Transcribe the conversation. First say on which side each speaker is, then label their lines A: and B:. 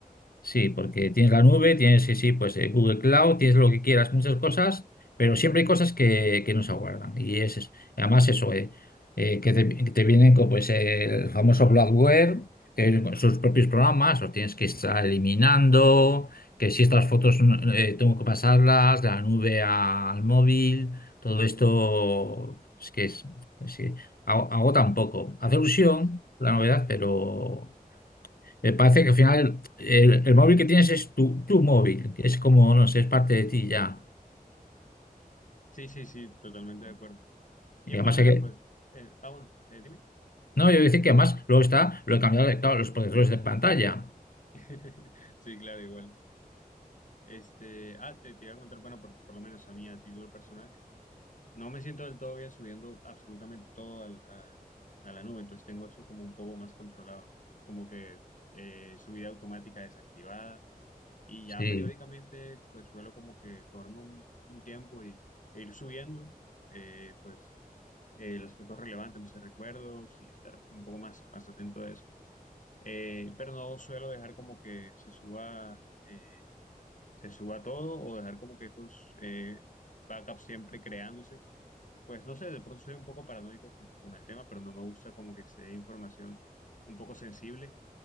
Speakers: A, on the left (about 70°); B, on the left (about 55°).
A: sí, porque tienes la nube, tienes, sí, sí, pues eh, Google Cloud, tienes lo que quieras, muchas cosas, pero siempre hay cosas que, que no se aguardan. Y es, es- además eso, eh, eh, que te, que te vienen con pues, eh, el famoso bloatware, que vienen con sus propios programas, los tienes que estar eliminando, que si estas fotos no- eh, tengo que pasarlas de la nube a- al móvil, todo esto es que es, es que ago- agota un poco. Hace ilusión
B: Sí,
A: la novedad, pero... Eh, parece que al final el, el móvil que tienes es tu, tu móvil, que es como, no sé, es parte de ti ya.
B: sí, sí, sí, totalmente de acuerdo. Y
A: Y
B: aparte,
A: además hay que...
B: pues, eh, ah, bueno, eh, dime.
A: No, yo voy a decir que además luego está lo he cambiado de, claro, los protectores de pantalla.
B: <laughs> Sí, claro, igual. Este, ah, te, te iba a contar, bueno, por, por lo menos a mí, a título personal, no me siento del todo bien subiendo absolutamente todo al- a, a la nube, entonces tengo eso como un poco más controlado, como que eh, subida automática desactivada y ya
A: Sí.
B: periódicamente pues suelo como que tomarme un, un tiempo y, e ir subiendo eh, pues eh, las fotos relevantes, no sé, recuerdos y estar un poco más, más atento a eso, Eh, pero no suelo dejar como que se suba. eh, se suba todo o dejar como que estos eh, backups siempre creándose. Pues no sé, de pronto soy un poco paranoico con, con el tema, pero no me gusta como que esté información un poco sensible